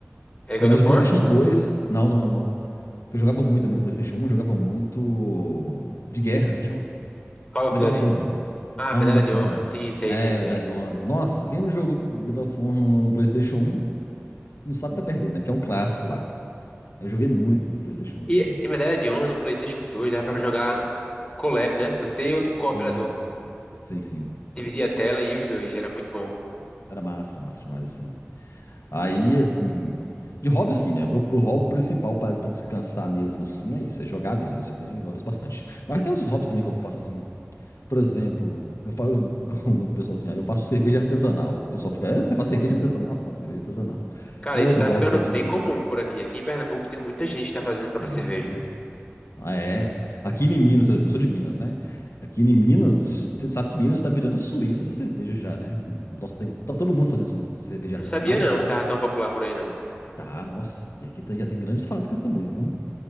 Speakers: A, on the left; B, on the left.
A: É God
B: É, Mas
A: of
B: o PlayStation
A: War?
B: dois Não, não, não, não. eu jogava muito também do PlayStation um jogava muito. De guerra, que eu chamo.
A: Call of
B: Medal
A: Duty.
B: of Honor.
A: Ah,
B: Não,
A: Medalha
B: Medal of
A: de Honra.
B: Honor.
A: Sim, sei,
B: É,
A: sei, sei.
B: Medal de Honra. Nossa, quem não jogou Medal of Honor no, no PlayStation um não sabe que tá perdendo, né? Porque é um clássico lá. Eu joguei muito no PlayStation um,
A: E,
B: assim.
A: e Medalha de Honra no PlayStation 2 dava pra jogar collab, né? Você e outro cooperador.
B: Sim, sim, sim.
A: Dividia a tela e os dois, era muito bom.
B: Era massa, era massa demais, assim. Aí, assim. De hobby, assim, né? Meu, meu hobby principal pra, pra descansar mesmo, assim, é isso. É jogar mesmo, assim. Eu também gosto bastante. Mas tem outros hobbies também que eu faço, assim. Por exemplo, eu falo, <laughs> aumento o pessoal assim, ah, eu faço cerveja artesanal. O pessoal fica, "É, você faz cerveja artesanal? Eu faço cerveja artesanal.
A: Cara,
B: É um
A: isso
B: outro
A: tá
B: hobby
A: ficando
B: que eu
A: bem
B: adquiri.
A: comum por aqui. Aqui em Pernambuco tem muita gente que tá fazendo
B: Sim.
A: própria cerveja.
B: Ah, é. Aqui em Minas, por exemplo, eu sou de Minas, né? Aqui em Minas, você sabe que Minas está virando a Suíça da cerveja já, né? Assim, nossa, tem, tá todo mundo fazendo suvi- cerveja
A: Não
B: artesanal,
A: sabia não
B: tal.
A: que tava tão popular por aí não.
B: Tá, nossa. E aqui tá- já tem grandes fábricas também, viu?